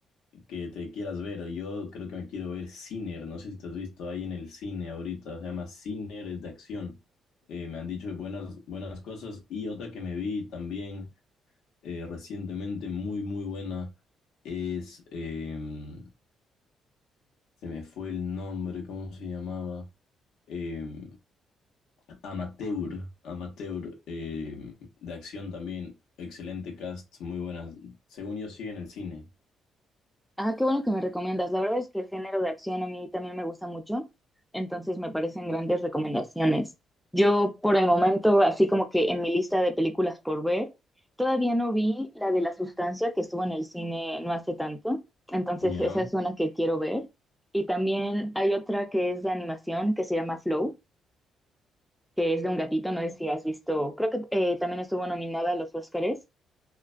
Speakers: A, on the left; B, in the centre.
A: que te quieras ver. Yo creo que me quiero ver Sinner. No sé si te has visto ahí en el cine ahorita. Se llama Sinner, es de acción. Eh, me han dicho buenas, buenas cosas. Y otra que me vi también eh, recientemente, muy, muy buena, es. em, se me fue el nombre, ¿cómo se llamaba? Em, Amateur. Amateur, em, de acción también. Excelente cast, muy buenas. Según yo, sigue en el cine.
B: Ah, qué bueno que me recomiendas. La verdad es que el género de acción a mí también me gusta mucho, entonces me parecen grandes recomendaciones. Yo por el momento, así como que en mi lista de películas por ver, todavía no vi la de La Sustancia que estuvo en el cine no hace tanto, entonces
A: ¿Ya?
B: esa es una que quiero ver. Y también hay otra que es de animación que se llama Flow, que es de un gatito, no sé si has visto, creo que eh, también estuvo nominada a los Óscares